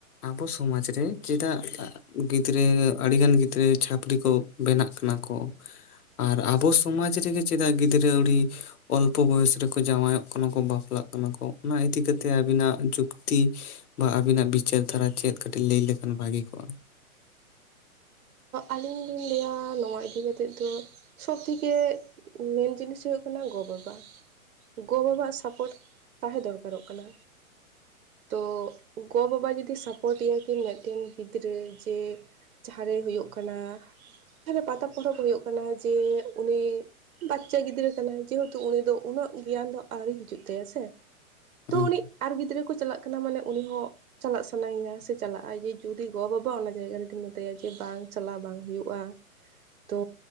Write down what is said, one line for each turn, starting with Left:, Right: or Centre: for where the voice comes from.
Left: ᱟᱵᱚ ᱥᱚᱢᱟᱡᱽ ᱨᱮ ᱪᱮᱫᱟᱜ ᱼᱼ ᱜᱤᱫᱽᱨᱟᱹ ᱟᱹᱰᱤᱜᱟᱱ ᱜᱤᱫᱽᱨᱟᱹ ᱪᱷᱟᱹᱯᱨᱤ ᱠᱚ ᱵᱮᱱᱟᱜ ᱠᱟᱱᱟ ᱠᱚ? ᱟᱨ ᱟᱵᱚ ᱥᱚᱢᱟᱡᱽ ᱨᱮᱜᱮ ᱪᱮᱫᱟᱜ ᱜᱤᱫᱽᱨᱟᱹ ᱟᱹᱰᱤ ᱚᱞᱯᱚ ᱵᱚᱭᱚᱥ ᱨᱮᱠᱚ ᱼᱼ ᱡᱟᱶᱟᱭᱚᱜ ᱠᱟᱱᱟ ᱠᱚ ᱵᱟᱯᱞᱟᱜ ᱠᱟᱱᱟ ᱠᱚ ᱚᱱᱟ ᱤᱫᱤ ᱠᱟᱛᱮ ᱟᱵᱤᱱᱟᱜ ᱡᱩᱠᱛᱤ ᱼᱼ ᱵᱟ ᱟᱵᱤᱱᱟᱜ ᱵᱤᱪᱟᱹᱨ ᱫᱷᱟᱨᱟ ᱪᱮᱫ ᱠᱟᱹᱴᱤᱡ ᱞᱟᱹᱭ ᱞᱮᱠᱷᱟᱱ ᱵᱷᱟᱹᱜᱤ ᱠᱚᱜᱼᱟ
Right: ᱟᱹᱞᱤᱧ ᱞᱤᱧ ᱞᱟᱹᱭᱟ ᱱᱚᱶᱟ ᱤᱫᱤ ᱠᱟᱛᱮᱫ ᱫᱚ ᱥᱚᱵ ᱛᱷᱮᱠᱮ ᱢᱮᱱ ᱡᱤᱱᱤᱥ ᱦᱚᱭᱚᱜ ᱠᱟᱱᱟ ᱜᱚ-ᱵᱟᱵᱟ ᱜᱚ-ᱵᱟᱵᱟᱣᱟᱜ ᱥᱟᱯᱚᱴ ᱛᱟᱦᱮᱸ ᱫᱚᱨᱠᱟᱨᱚᱜ ᱠᱟᱱᱟ ᱛᱚ ᱜᱚᱼᱵᱟᱵᱟ ᱡᱩᱫᱤ ᱥᱟᱯᱳᱨᱴ ᱮᱭᱟ ᱠᱤᱱ ᱢᱤᱫᱴᱮᱱ ᱜᱤᱫᱽᱨᱟᱹ ᱡᱮ ᱡᱟᱦᱟᱸ ᱨᱮ ᱦᱩᱭᱩᱜ ᱠᱟᱱᱟ ᱡᱟᱦᱟᱸᱨᱮ ᱯᱟᱛᱟ ᱯᱚᱨᱚᱵᱽ ᱦᱩᱭᱩᱜ ᱠᱟᱱᱟ ᱡᱮ ᱩᱱᱤ ᱵᱟᱪᱪᱟ ᱜᱤᱫᱽᱨᱟᱹ ᱠᱟᱱᱟᱭ ᱡᱮᱦᱮᱛᱩ ᱩᱱᱤ ᱫᱚ ᱩᱱᱟᱹᱜ ᱜᱮᱭᱟᱱ ᱫᱚ ᱟᱹᱣᱨᱤ ᱦᱤᱡᱩᱜ ᱛᱟᱭᱟ ᱥᱮ ᱛᱚ
Left: ᱦᱮᱸ
Right: ᱩᱱᱤ ᱟᱨ ᱜᱤᱫᱽᱨᱟᱹ ᱠᱚ ᱪᱟᱞᱟᱜ ᱠᱟᱱᱟ ᱢᱟᱱᱮ ᱩᱱᱤ ᱦᱚᱸ ᱪᱟᱞᱟᱜ ᱥᱟᱱᱟᱭᱮᱭᱟ ᱥᱮ ᱪᱟᱞᱟᱜᱼᱟᱭ ᱡᱮ ᱡᱩᱫᱤ ᱜᱚ-ᱵᱟᱵᱟ ᱚᱱᱟ ᱡᱟᱭᱜᱟ ᱨᱮᱠᱤᱱ ᱢᱮ..... ᱛᱟᱭᱟ ᱡᱮ ᱵᱟᱝ ᱪᱟᱞᱟᱜ ᱵᱟᱝ ᱦᱩᱭᱩᱜᱼᱟ ᱛᱚ